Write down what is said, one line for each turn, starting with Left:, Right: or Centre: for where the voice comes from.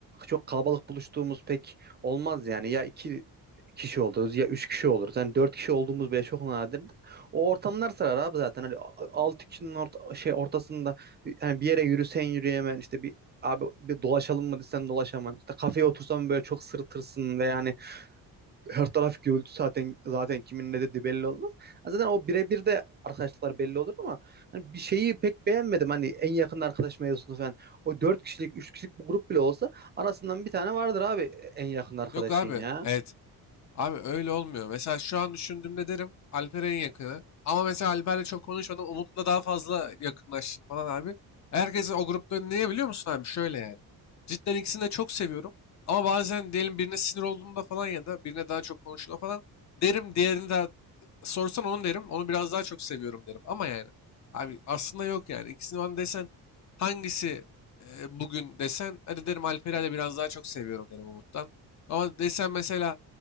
Right: çok kalabalık buluştuğumuz pek olmaz yani ya iki kişi oluruz ya üç kişi oluruz yani dört kişi olduğumuz bile çok nadirdir o ortamlar sarar abi zaten hani a- altı kişinin orta, şey ortasında yani bir yere yürüsen yürüyemen işte bir abi bir dolaşalım mı desen dolaşaman işte kafeye otursan böyle çok sırıtırsın ve yani her taraf gürültü zaten zaten kimin ne dediği belli olmaz. Ha, Zaten o birebir de arkadaşlıklar belli olur ama hani bir şeyi pek beğenmedim. Hani en yakın arkadaş mevzusunu falan. O dört kişilik, üç kişilik bir grup bile olsa arasından bir tane vardır abi en yakın arkadaşın
Left: Yok abi
Right: ya.
Left: evet Abi öyle olmuyor. Mesela şu an düşündüğümde derim Alper en yakını. Ama mesela Alper'le çok konuşmadım. Umut'la daha fazla yakınlaştın falan abi. Herkesi o grupta niye biliyor musun abi? Şöyle yani. Cidden ikisini de çok seviyorum. Ama bazen diyelim birine sinir olduğumda falan ya da birine daha çok konuştuğumda falan derim. Diğerini de sorsan onu derim. Onu biraz daha çok seviyorum derim. Ama yani abi aslında yok yani. İkisini bana desen hangisi e, bugün desen hadi derim Alper'i de biraz daha çok seviyorum derim Umut'tan. Ama desen mesela